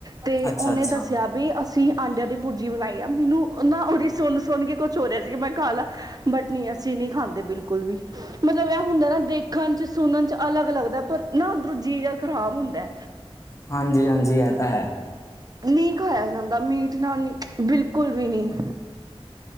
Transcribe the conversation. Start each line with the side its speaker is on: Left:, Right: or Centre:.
Right: ਤੇ
Left: ਅੱਛਾ
Right: ਉਹਨੇ
Left: ਅੱਛਾ
Right: ਦੱਸਿਆ ਬੀ ਅਸੀਂ ਆਂਡਿਆਂ ਦੀ ਭੁਰਜੀ ਬਣਾਈ ਆ ਮੈਨੂੰ ਨਾ ਉਹਦੀ ਸੁਣ ਸੁਣ ਕੇ ਕੁਛ ਹੋ ਰਿਹਾ ਸੀਗਾ ਮੈਂ ਖਾ ਲਾਂ। ਬਟ ਨੀਂ ਅਸੀਂ ਨ੍ਹੀਂ ਖਾਂਦੇ ਬਿਲਕੁਲ ਵੀ। ਮਤਲਬ ਇਹ ਹੁੰਦਾ ਨਾ ਦੇਖਣ ਚ ਸੁਣਨ ਅਲੱਗ ਲੱਗਦਾ ਪਰ ਨਾ ਅੰਧਰੋਂ ਜੀ ਜਿਆ ਖ਼ਰਾਬ ਹੁੰਦਾ।
Left: ਹਾਂਜੀ ਹਾਂਜੀ ਏ ਤਾਂ ਹੈ।
Right: ਨ੍ਹੀਂ ਖਾਇਆ ਜਾਂਦਾ ਮੀਟ ਨਾਲ ਬਿਲਕੁਲ ਵੀ ਨ੍ਹੀ।